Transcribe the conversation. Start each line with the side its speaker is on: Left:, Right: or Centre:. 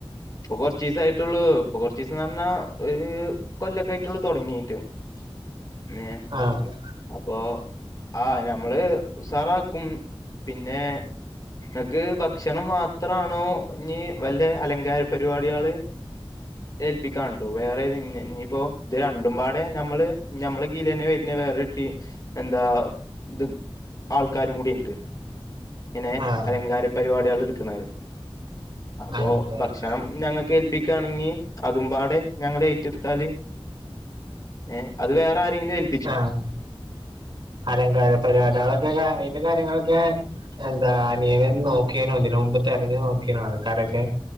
Left: ഇപ്പൊ കൊറച്ചീസയിട്ടുള്ളൂ ഇപ്പൊ കൊറച്ചീസന്ന് പറഞ്ഞാ ഒരു കൊല്ലൊക്കെ ആയിറ്റൊള്ളു തൊടങ്ങീറ്റ് <unintelligible>
Right: ആഹ്
Left: അപ്പൊ ആ ഞമ്മള് ഉസാറാക്കും പിന്നെ ഇങ്ങക്ക് ഭക്ഷണം മാത്രണോ ഇഞ് വല്ല അലങ്കാര പരിവാടിയാള് ഏൽപ്പിക്കാണ്ടു വേറെ ഇഞ്ഞിപ്പോ ഇത് രണ്ടുംപാടെ ഞമ്മള് ഞമ്മളെ കീയിലെന്നെ വെ ര്നെ വേറ ട്ടീ എന്താ ഇത് ആൾക്കാരും കൂടിണ്ട് ഇങ്ങനെ
Right: ആഹ്
Left: അലങ്കാര പരിവാടിയാള് ഇട്ക്ക്ണത് അപ്പൊ
Right: ആഹ്
Left: ഭ ഞങ്ങൾക്ക് ഏൽപ്പിക്കാണെങ്കി അതുംപാടെ ഞങ്ങടെ ഏറ്റെടുത്താല് ഏഹ് അത് വേറെ ആരെങ്കിലും ഏൽ
Right: ആഹ് അലങ്കാര പരിവാടിയാളൊക്കെ ക്കാ അയിന്റെ കാര്യങ്ങളൊക്കെ എന്താ അനിയന് നോക്കിനോ ഇതിന് മുമ്പ് തെരഞ്ഞു നോക്കിനോ ആൾക്കാരൊക്കെ